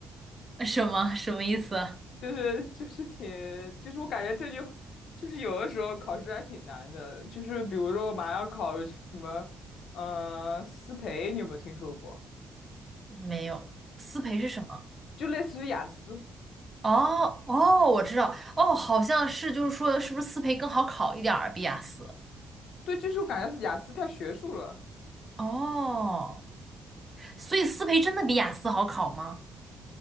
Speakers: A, on the right; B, on the left.
A: 什么什么意思？
B: 就是就是请，就是我感觉这就就是有的时候考试还挺难的，就是比如说我马上要考什么，呃，思培，你有没有听说过？
A: 没有，思培是什么？
B: 就类似于雅思，
A: 哦哦，我知道，哦，好像是，就是说，是不是思培更好考一点儿？比雅思？
B: 对，就是我感觉是雅思太学术了，
A: 哦，所以思培真的比雅思好考吗？